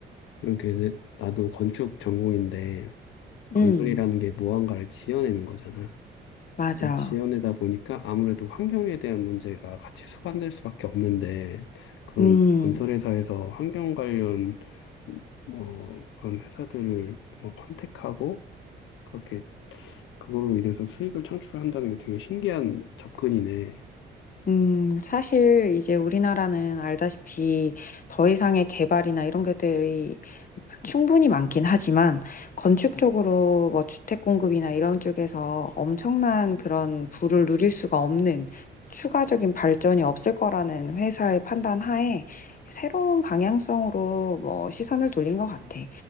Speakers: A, on the left (about 80°); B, on the left (about 45°).
A: 이렇게 내- 나도 건축 전공인데 건설이라는
B: 음,
A: 게 무언가를 지어내는 거잖아.
B: 맞아.
A: 지연이다 보니까 아무래도 환경에 대한 문제가 같이 수반될 수밖에 없는데 그런
B: 음,
A: 건설회사에서 환경 관련 뭐 그런 회사들을 뭐 컨택하고 그렇게 그걸로 인해서 수익을 창출한다는 게 되게 신기한 접근이네.
B: 음, 사실 이제 우리나라는 알다시피 더 이상의 개발이나 이런 것들이 충분히 많긴 하지만 건축 쪽으로 뭐 주택 공급이나 이런 쪽에서 엄청난 그런 부를 누릴 수가 없는 추가적인 발전이 없을 거라는 회사의 판단 하에 새로운 방향성으로 뭐 시선을 돌린 것 같아.